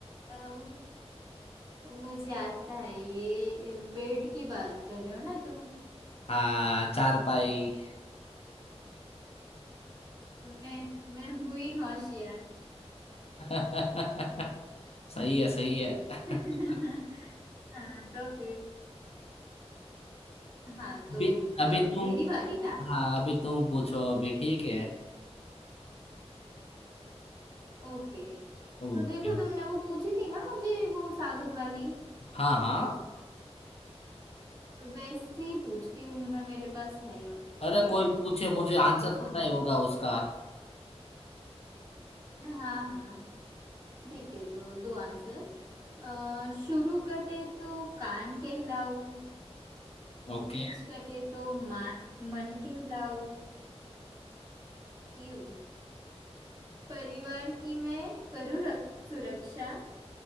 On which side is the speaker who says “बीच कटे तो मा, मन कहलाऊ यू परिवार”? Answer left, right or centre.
Right